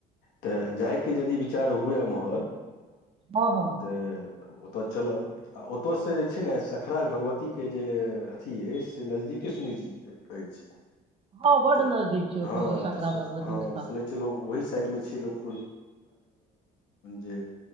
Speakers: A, on the left (about 85°); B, on the right (about 35°).
A: तऽ जायके यदि विचार हुए उम्हर
B: हँ हँ
A: त ओतऽ चलब आ ओतऽसँ जे छै ने सखरा भगवतीके जे अथी अछि से नजदीके सुनै छी अछि
B: हँ बड
A: तऽ
B: नजदीक छै ओतय
A: हँ
B: से सकरा
A: तऽ सो
B: भगवती
A: हँ
B: स्थान
A: सुनै छै ओहि साइड मे छै लोक जे